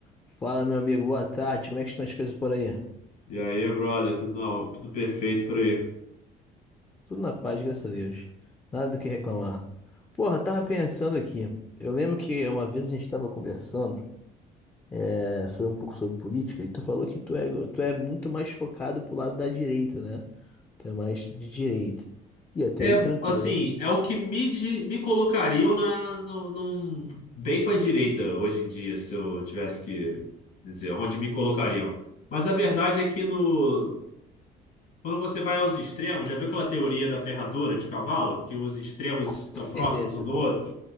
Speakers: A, on the left (about 15°); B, on the left (about 65°).
A: Fala, meu amigo, boa tarde. Como é que estão as coisas por aí?
B: E aí, brother, tudo, na- tudo perfeito por aí.
A: Tudo na paz, graças a Deus. Nada do que reclamar. Porra, tava pensando aqui. Eu lembro que uma vez a gente tava conversando, é, sobre um pouco sobre política, e tu falou que tu é, tu é muito mais focado pro lado da direita, né? Tu é mais de direita. E até
B: É,
A: aí tranquilo.
B: assim, é o que me, di- me colocariam na, no, num- bem para direita hoje em dia, se eu tivesse que dizer onde me colocariam. Mas a verdade é que no, quando você vai aos extremos, já viu aquela teoria da ferradura de cavalo, que os extremos
A: Com
B: estão
A: certeza.
B: próximos um do outro?